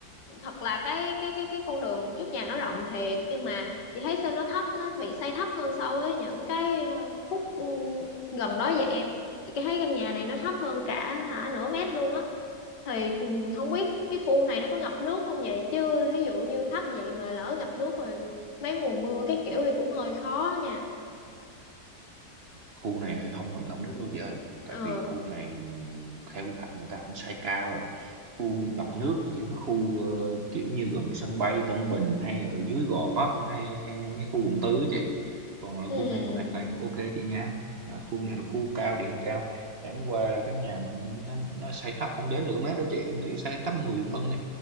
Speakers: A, on the left; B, on the right.
A: thật là cái cái cái cái con đường trước nhà nó rộng thiệt nhưng mà chị thấy sao nó thấp nó bị xây thấp hơn so với những cái ờ, khúc ừ, gần đó vậy em chị thấy căn nhà này nó thấp hơn cả hả nửa mét luôn á thì ừ, không biết cái khu này nó có ngập nước không vậy chứ ví dụ như thấp vậy mà lỡ ngập nước rồi mấy mùa mưa cái kiểu thì cũng hơi khó nha
B: khu này thì không hợp lòng nước đâu chị ơi tại
A: ờ
B: vì khu này theo quy hoạch người ta cũng xây cao rồi khu ngập nước chỉ có khu ờ, kiểu như gần sân bay Tân Bình hay ở dưới Gò Vấp hay, hay, hay mấy khu quận tư á chị còn là
A: ừ
B: khu này hoàn toàn ok chị nha à, khu này là khu cao địa hình cao chẳng qua là cái nhà mình nó nó xây thấp không đến nửa mét đâu chị em nghĩ xây thấp 10 phân đấy